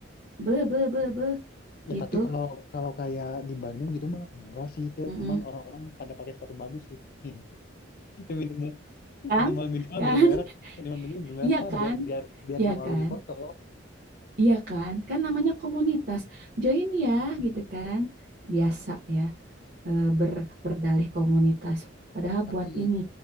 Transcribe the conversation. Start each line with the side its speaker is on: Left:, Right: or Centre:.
Right: be, be, be, be.
Left: ya
Right: Gitu.
Left: tapi kalau kalau kayak di Bandung gitu mah enggak sih itu
Right: Mm-mm.
Left: cuman orang-orang pada pakai sepatu bagus sih. <laughs> Ya minimal
Right: Kan?
Left: minimal minimal
Right: Kan?
Left: bermerek,
Right: <laughs>
Left: minimal minimal bermerek
Right: Iya
Left: lah
Right: kan?
Left: biar biar biar
Right: Iya
Left: nggak malu
Right: kan?
Left: di foto
Right: Iya kan? Kan namanya komunitas. Join ya, gitu kan? Biasa ya, eh, ber, berdalih komunitas. Padahal
Left: Tapi
Right: buat ini,